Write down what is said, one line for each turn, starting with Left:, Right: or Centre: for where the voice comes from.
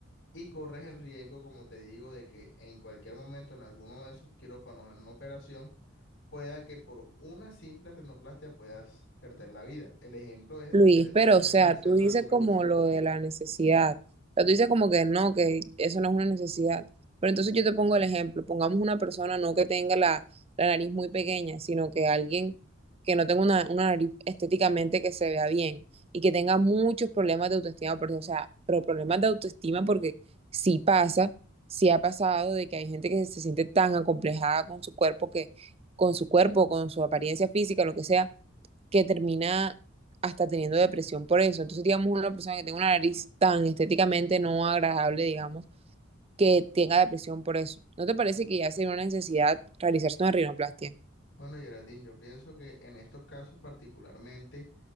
Left: Y corres el riesgo, como te digo, de que en cualquier momento en alguno de esos quirófanos, en una operación, pueda que por una simple rinoplastia puedas perder la vida. El ejemplo es el
Right: Luis,
Left: del que te estaba
Right: pero
Left: diciendo
Right: o sea,
Left: iniciando
Right: tú dices
Left: la conversación.
Right: como lo de la necesidad. O sea, tú dices como que no, que eso no es una necesidad. Pero entonces yo te pongo el ejemplo. Pongamos una persona no que tenga la, la nariz muy pequeña, sino que alguien que no tenga una, una nariz estéticamente que se vea bien y que tenga muchos problemas de autoestima. Porque, o sea, pero problemas de autoestima porque sí pasa, sí ha pasado de que hay gente que se siente tan acomplejada con su cuerpo que, con su cuerpo, con su apariencia física, lo que sea que termina hasta teniendo depresión por eso. Entonces, digamos, una persona que tenga una nariz tan estéticamente no agradable, digamos, que tenga depresión por eso. ¿No te parece que ya sería una necesidad realizarse una rinoplastia?
Left: Bueno, Geraldine, yo pienso que en estos casos particularmente